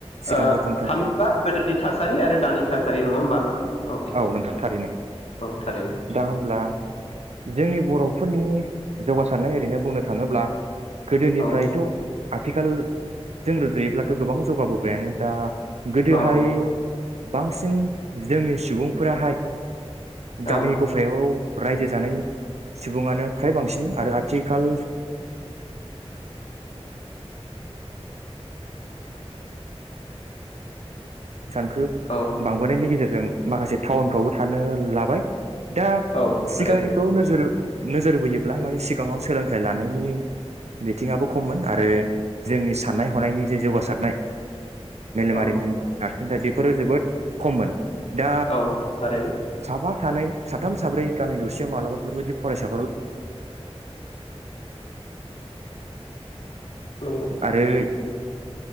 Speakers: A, on the right (about 80°); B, on the left (about 70°).
A: सिगांग्रो
B: ओ
A: बुंनो थांसै
B: थामहिबा गोदोनि थासारि आरो दानि थासारि नङा होमबा अके
A: औ नोंथां थारैनो
B: औ थारैनो
A: दा होनब्ला जोंनि बर फोरनि जौगासारनाय ओरैनो बुंनो थाङोब्ला गोदोनिफ्रायथ
B: औ
A: आथिखालजों रुजुयोब्लाथ' गोबां जौगा बोबायानो दा गोदोहाय
B: औ
A: बांसिन जोंनि सुबुंफोराहाय जामि
B: औ
A: गुफायाव रायजो जानाय सुबुङानो फ्राय बांसिन आरो आथिखाल खो
B: औ
A: बांबोनायनि गेजेरजों माखासे टाउनफ्रावबो थानो लाबाय दा
B: औ थारैनो
A: सिगांनिखौ नोजोर नोजोर बोयोब्ला मानिे सिगाङाव सोलोंथाइ लानायनि बिथिङआो खममोन आरो जोंनि साननाय हनायनि जे जौगासारनाय मेलेमारिनि
B: औ
A: नार दा बेफोरो जोबोद खममोन दा
B: औ थारैनो
A: सफा सानै साथाम साब्रै गामि दरसेयाव मालाबा बेफोरबायदि फरायसा
B: नंगौ
A: आरो